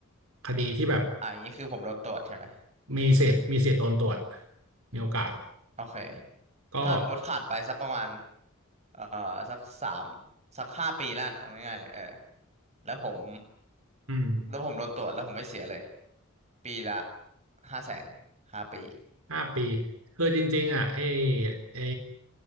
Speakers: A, on the right; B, on the right.
A: คดีที่แบบ
B: อ่าอย่างนี้คือผมโดนตรวจใช่ไหม
A: มีสิทธิ์มีสิทธิ์โดนตรวจมีโอกาส
B: โอเค
A: ก็
B: ถ้าสมมติผ่านไปสักประมาณเอ่อสักสามสักห้าปีแล้วกันเอาง่ายๆเลยเออแล้วผม
A: อืม
B: แล้วผมโดนตรวจแล้วผมไม่เสียเลยปีละห้าแสนห้าปี
A: ห้าปีคือจริงๆอ่ะไอ้ไอ้